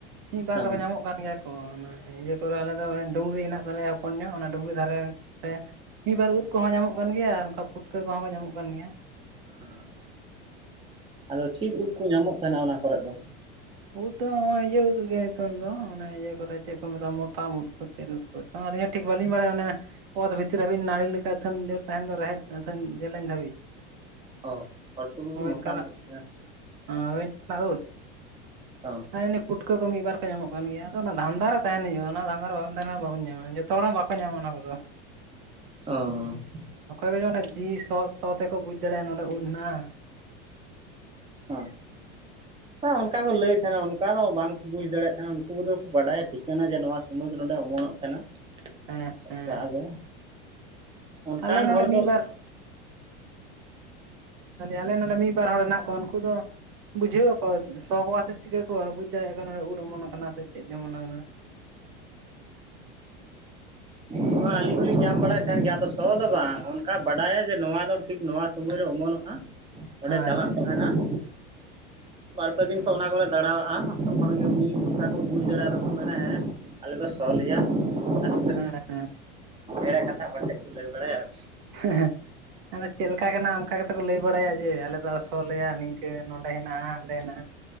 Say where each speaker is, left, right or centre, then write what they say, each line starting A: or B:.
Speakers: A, on the right; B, on the right.
A: ᱢᱤᱫ ᱵᱟᱨ
B: ᱦᱮᱸ
A: ᱫᱚᱠᱚ ᱧᱟᱢᱚᱜ ᱠᱟᱱ ᱜᱮᱭᱟ ᱠᱚ, ᱚᱱᱟ ᱤᱭᱟᱹ ᱠᱚᱨᱮ ᱟᱞᱮ ᱫᱚ ᱰᱩᱝᱨᱤ ᱦᱮᱱᱟᱜ ᱛᱟᱞᱮᱭᱟ ᱦᱚᱯᱚᱱ ᱧᱚᱜ ᱚᱱᱟ ᱰᱩᱝᱨᱤ ᱫᱷᱟᱨᱮ ᱨᱮ ᱢᱤᱫ ᱵᱟᱨ ᱩᱫ ᱠᱚᱦᱚᱸ ᱧᱟᱢᱚᱜ ᱠᱟᱱ ᱜᱮᱭᱟ ᱟᱨ ᱚᱱᱠᱟ ᱯᱩᱴᱠᱟᱹ ᱠᱚᱦᱚᱸ ᱠᱚ ᱧᱟᱢᱚᱜ ᱠᱟᱱ ᱜᱮᱭᱟ ᱾
B: ᱦᱮᱸ <unintelligible> ᱟᱫᱚ ᱪᱮᱫ ᱩᱫ ᱠᱩ ᱧᱟᱢᱚᱜ ᱠᱟᱱᱟ ᱚᱱᱟ ᱠᱚᱨᱮᱜ ᱫᱚ?
A: ᱩᱫ ᱫᱚ ᱦᱚᱜ-ᱚᱭ ᱤᱭᱟᱹ ᱩᱫ ᱜᱮ, ᱦᱤᱛᱚᱝ ᱫᱚ ᱚᱱᱮ ᱤᱭᱟᱹ ᱠᱚᱨᱮ ᱪᱮᱫ ᱠᱚ ᱢᱮᱛᱟᱜᱼᱟ ᱢᱚᱛᱟᱢ ᱩᱫ ᱠᱚ ᱪᱮᱫ ᱩᱫ <unintelligible> ᱟᱹᱞᱤᱧ ᱦᱚᱸ ᱴᱷᱤᱠ ᱵᱟᱹᱞᱤᱧ ᱵᱟᱲᱟᱭᱟ ᱚᱱᱟᱹᱜ ᱾ ᱚᱛ ᱵᱷᱤᱛᱤᱨ ᱦᱟᱹᱵᱤᱡ ᱱᱟᱹᱲᱤ ᱞᱮᱠᱟ ᱟᱹᱛᱷᱮᱢ ᱡᱳᱨ ᱛᱟᱸᱦᱮᱱ ᱫᱚ ᱨᱮᱦᱮᱫ ᱟᱹᱛᱷᱟᱹᱱ ᱡᱮᱞᱮᱧ ᱫᱷᱟᱹᱵᱤᱡ ᱾
B: ᱚ ᱦᱚᱭ ᱛᱚ ᱢᱚᱛᱟᱢ
A: ᱚᱱᱠᱟᱱᱟᱜ
B: ᱩᱫ ᱠᱟᱱ ᱾
A: <unintelligible>
B: ᱚ
A: ᱯᱩᱴᱠᱟᱹ ᱠᱚ ᱢᱤᱫ ᱵᱟᱨ ᱠᱚ ᱧᱟᱢᱚᱜ ᱠᱟᱱ ᱜᱮᱭᱟ, ᱟᱫᱚ ᱚᱱᱟ ᱫᱷᱟᱱᱫᱟ ᱨᱮ ᱛᱟᱦᱮᱸᱱ ᱦᱩᱭᱩᱜ-ᱟ ᱚᱱᱟ ᱫᱷᱟᱸᱫᱟ ᱨᱮ ᱵᱟᱵᱮᱱ ᱛᱟᱦᱮᱸ ᱞᱮᱱ ᱠᱷᱟᱱ ᱫᱚ ᱵᱟᱵᱮᱱ ᱧᱟᱢᱟ ᱾ ᱡᱚᱼᱼ ᱡᱚᱛᱚ ᱦᱚᱲ ᱦᱚᱸ ᱵᱟᱠᱚ ᱧᱟᱢᱟ ᱚᱱᱟ ᱠᱚᱫᱚ ᱾
B: ᱚ ᱾
A: ᱚᱠᱚᱭ ᱠᱚ ᱫᱚ ᱚᱱᱟ ᱡᱤ ᱥᱚᱶ ᱥᱚᱶ ᱛᱮᱠᱚ ᱵᱩᱡ ᱫᱟᱲᱮᱜᱼᱟ ᱱᱚᱸᱰᱮ ᱩᱫ ᱦᱮᱱᱟᱜᱼᱟ ᱾
B: ᱦᱩᱸ, ᱦᱚᱸ ᱚᱱᱠᱟ ᱜᱚ ᱞᱟᱹᱭ ᱛᱟᱦᱮᱱᱟ ᱚᱱ ᱚᱠᱟ ᱫᱚ ᱵᱟᱝᱠᱚ ᱵᱩᱡᱽ ᱫᱟᱲᱮᱭᱟᱜ ᱛᱟᱦᱮᱱᱟ ᱩᱱᱠᱩ ᱫᱚᱠᱚ ᱵᱟᱰᱟᱭᱟ ᱴᱷᱤᱠᱟᱹᱱᱟ ᱡᱮ ᱱᱚᱣᱟ ᱥᱚᱢᱚᱭ ᱫᱚ ᱱᱚᱸᱰᱮ ᱚᱢᱚᱱᱚᱜ ᱛᱟᱦᱮᱱᱟ ᱾
A: ᱦᱮᱸ ᱦᱮᱸ
B: ᱚᱠᱟ ᱟᱫᱚ, ᱚᱱᱠᱟᱱ
A: ᱟᱞᱮ ᱱᱚᱰᱮ
B: ᱦᱚᱲ
A: ᱢᱤᱫ
B: ᱫᱚ
A: ᱵᱟᱨ ᱟᱞᱮ ᱱᱚᱸᱰᱮ ᱢᱤᱜ ᱵᱟᱨ ᱦᱚᱲ ᱦᱮᱱᱟᱜ ᱠᱚᱣᱟ ᱩᱱᱠᱩ ᱫᱚ ᱵᱩᱡᱷᱟᱹᱣ ᱟᱠᱚᱼᱼ ᱥᱚ ᱠᱚᱣᱟ ᱥᱮ ᱪᱤᱠᱟᱹ ᱠᱚᱣᱟ ᱵᱩᱡᱽ ᱫᱟᱲᱮᱭᱟᱜ-ᱟ ᱠᱚ ᱱᱚᱸᱰᱮ ᱩᱫ ᱚᱢᱚᱱᱚᱜ ᱠᱟᱱᱟ ᱥᱮ ᱪᱮᱫ ᱚᱢᱚᱱ ᱠᱟᱱᱟ ᱾
B: ᱦᱚᱸ ᱟᱹᱞᱤᱧ ᱦᱚᱞᱤᱧ ᱧᱟᱢ ᱵᱟᱲᱟᱭ ᱛᱟᱦᱮᱱ ᱜᱮᱭᱟ, ᱟᱫᱚ ᱥᱚ ᱫᱚ ᱵᱟᱝ ᱚᱱᱠᱟ ᱵᱟᱰᱟᱭᱟ ᱡᱮ ᱱᱚᱣᱟ ᱫᱚ ᱴᱷᱤᱠ ᱱᱚᱣᱟ ᱥᱚᱢᱚᱭ ᱨᱮ ᱚᱢᱚᱱᱚᱜ-ᱟ ᱾ ᱚᱸᱰᱮ
A: ᱟᱪᱪᱷᱟ
B: ᱪᱟᱞᱟᱜ ᱠᱚ ᱛᱟᱦᱮᱱᱟ ᱾ ᱵᱟᱨ ᱯᱮ ᱫᱤᱱ ᱠᱷᱚᱱ ᱚᱱᱟ ᱠᱚᱨᱮ ᱫᱟᱸᱲᱟᱣᱟᱜᱼᱟ ᱛᱚᱠᱷᱚᱱ ᱜᱮ ᱩᱱᱤᱼᱼ ᱚᱱᱠᱟ ᱠᱚ ᱵᱩᱡᱽ ᱫᱟᱲᱮ ᱟᱫᱚ ᱠᱚ ᱢᱮᱱᱟ ᱟᱞᱮ ᱫᱚ ᱥᱚ ᱞᱮᱭᱟ ᱾ ᱟᱫᱚ
A: ᱦᱮᱸ ᱦᱮᱸ
B: ᱮᱲᱟ ᱠᱟᱛᱷᱟ ᱦᱚᱲ ᱴᱷᱮᱡ ᱠᱚ ᱞᱟᱹᱭ ᱵᱟᱲᱟᱭᱟ ᱾
A: ᱦᱮᱸ ᱦᱮᱸ ᱟᱫᱚ ᱪᱮᱜᱞᱠᱟ ᱠᱟᱱᱟ ᱚᱱᱠᱟ ᱜᱮᱛᱚ ᱠᱚ ᱞᱟᱹᱭ ᱵᱟᱲᱟᱭᱟ ᱡᱮ ᱟᱞᱮ ᱫᱚᱥ ᱚ ᱞᱮᱭᱟ ᱱᱤᱝᱠᱟᱹ ᱱᱚᱱᱰᱮ ᱦᱮᱱᱟᱜ-ᱟ ᱦᱟᱸᱰᱮ ᱦᱮᱱᱟᱜ-ᱟ